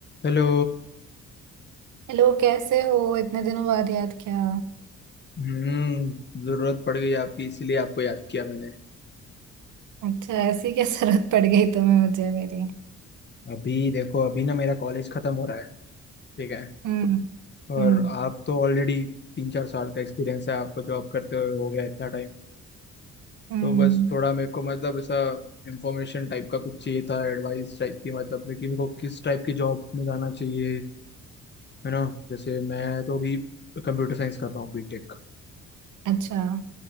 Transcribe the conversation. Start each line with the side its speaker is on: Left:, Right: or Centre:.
Left: Hello
Right: Hello कैसे हो इतने दिनों बाद याद किया
Left: हम्म जरूरत पड़ गई आपकी इसीलिए आपको याद किया मैंने
Right: अच्छा ऐसी क्या जरूरत पड़ गई तुम्हें मुझे मेरी
Left: अभी देखो अभी ना मेरा कॉलेज खत्म हो रहा है ठीक है
Right: हम्म
Left: और
Right: हम्म
Left: आप तो ऑलरेडी तीन चार साल का एक्सपीरियंस है आपको जॉब करते हुए हो गया इतना टाइम
Right: हम्म
Left: तो बस थोड़ा मेरे को मतलब ऐसा इंफॉर्मेशन टाइप का कुछ चाहिए था एडवाइस टाइप की मतलब लेकिन मेरे को किस टाइप की जॉब में जाना चाहिए है ना जैसे मैं तो अभी कंप्यूटर साइंस कर रहा हूँ बीटेक
Right: अच्छा